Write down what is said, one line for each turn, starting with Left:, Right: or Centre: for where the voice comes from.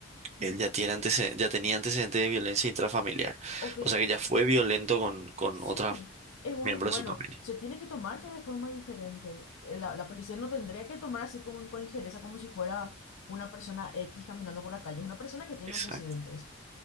Right: Él ya tiene antecedentes, ya tenía antecedentes de violencia intrafamiliar.
Left: Ok,
Right: O sea que ya fue violento con, con
Left: Sí,
Right: otros
Left: es un,
Right: miembros
Left: bueno,
Right: de su familia.
Left: se tiene que tomar ya de forma diferente. Eh, La, la policía no tendría que tomar así con, con ligereza como si fuera una persona X caminando por la calle, es una persona que tiene
Right: Exacto.
Left: antecedentes.